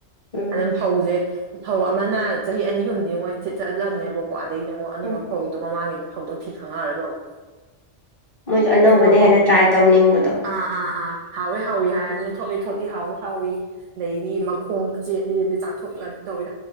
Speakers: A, on the left (about 35°); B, on the right (about 85°).
A: ꯎꯝ
B: ꯑꯗꯨꯝ ꯐꯧꯁꯦ ꯐꯧ ꯑꯃꯅ ꯆꯍꯤ ꯑꯅꯤ ꯑꯍꯨꯝꯗꯤ ꯃꯣꯏ ꯁꯤꯠ ꯊꯠꯂꯝꯕꯅꯦꯕ ꯑꯗꯒꯤꯩꯗꯨ ꯑꯃꯛ ꯑꯗꯨꯝꯕ
A: ꯎꯝ
B: ꯐꯧꯗꯣ ꯃꯃꯥꯡꯒꯤꯗ ꯐꯧꯗꯣ ꯊꯤ ꯈꯪꯉꯧꯔꯦꯕ ꯑꯃꯨꯛ
A: ꯃꯣꯏꯁꯨ ꯑꯅꯧꯕꯅ
B: ꯑꯗꯨꯝꯕ ꯐꯧ
A: ꯍꯦꯟꯅ ꯇ꯭ꯔꯥꯏ ꯇꯧꯅꯤꯡꯕꯗꯣ
B: ꯑꯥ ꯑꯥ ꯑꯥ ꯍꯥꯎꯋꯏ ꯍꯥꯎꯏ ꯍꯥꯏꯕꯅꯤ ꯊꯣꯠꯂꯤ ꯊꯣꯠꯂꯤ ꯍꯥꯎꯋꯤ ꯍꯥꯎꯏꯤ ꯑꯗꯩꯗꯤ ꯃꯈꯣꯡ ꯆꯦꯠꯂꯤ ꯑꯗꯨꯩ ꯆꯥꯛꯊꯣꯛ ꯇꯧꯋꯦ